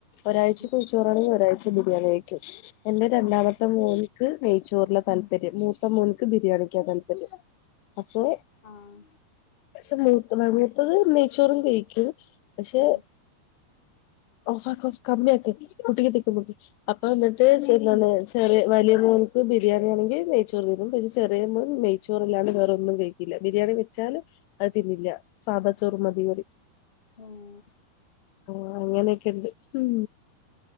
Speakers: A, on the left; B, on the left.
A: ഒരാഴ്ച
B: ഉം
A: കുഴിച്ചോറ് ആണെങ്കിൽ ഒരാഴ്ച ബിരിയാണി വെക്കും എന്റെ രണ്ടാ
B: ആഹ്
A: മൂത്ത മോനുക്ക് നെയ്ച്ചോറിലെ താല്പര്യം മൂത്തം മോനുക്ക് ബിരിയാണിക്കാ താല്പര്യം അപ്പൊ.
B: ആഹ്
A: പക്ഷെ മൂത്ത <unintelligible> നെയ്ച്ചോറും കഴിക്കും, പക്ഷെ.
B: ഉം
A: <unintelligible> അപ്പൊ എന്നിട്ട് എന്തെന്ന് വെച്ചാല് വലിയ മോനുക്ക് ബിരിയാണി ആണെങ്കിൽ നെയ്ച്ചോറ് തിന്നും, പക്ഷെ ചെറിയ മോൻ നെയ്. ചോറ് അല്ലാതെ വേറൊന്നും കഴിക്കില്ല ബിരിയാണി വെച്ചാലും. അത് തിന്നില്ല സാധാ ചോറ് മതി പറയും.
B: ആഹ്
A: ആഹ് അങ്ങനെയൊക്കെ ഉണ്ട് ഉം.